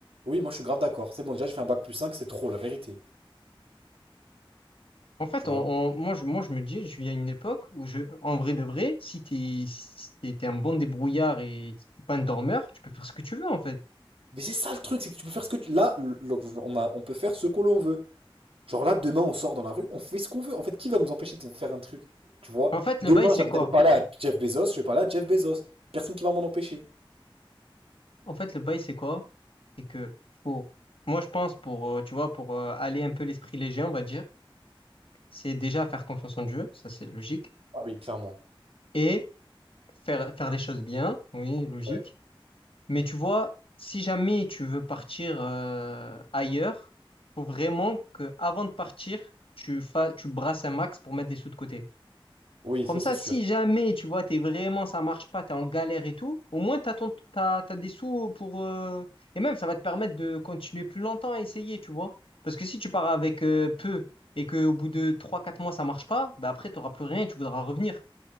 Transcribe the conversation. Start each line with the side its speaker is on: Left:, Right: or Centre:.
Right: Oui, moi je suis grave d'accord. C'est bon, déjà j'ai fait un bac plus 5, c'est trop, la vérité.
Left: En fait,
Right: Tu vois?
Left: on, on- moi, je, moi, je me dis, je vis à une époque où, je, en vrai de vrai, si t'es, si t'es t'es un bon débrouillard et si t'es pas un dormeur, tu peux faire ce que tu veux, en fait.
Right: Mais c'est ça le truc, c'est que tu peux faire ce que tu... Là, le- le- on a, on peut faire ce que l'on veut. Genre là, demain on sort dans la rue, on fait ce qu'on veut. En fait, qui va nous empêcher de faire un truc? Tu vois?
Left: En fait,
Right: Demain,
Left: le bail, c'est
Right: j'ai envie
Left: quoi?
Right: d'aller parler à Jeff Bezos, je vais parler à Jeff Bezos. Personne qui va m'en empêcher.
Left: En fait, le bail, c'est quoi? C'est que, faut, moi, je pense, pour, euh, tu vois, pour euh, aller un peu l'esprit léger, on va dire, c'est déjà faire confiance en Dieu, ça, c'est logique.
Right: Ah oui, clairement.
Left: Et faire, faire les choses bien, oui, logique.
Right: Ouais.
Left: Mais tu vois, si jamais tu veux partir euh, ailleurs, faut vraiment que avant de partir, tu fa tu brasses un max pour mettre des sous de côté.
Right: Oui,
Left: Comme
Right: ça c'est
Left: ça,
Right: sûr.
Left: si jamais tu vois, t'es vraiment, ça marche pas, t'es en galère et tout, au moins t'as ton, t'as, t'as des sous pour euh, et même ça va te permettre de continuer plus longtemps à essayer, tu vois. Parce que si tu pars avec euh, peu et que au bout de trois quatre mois ça marche pas, bah après t'auras plus rien et tu voudras revenir.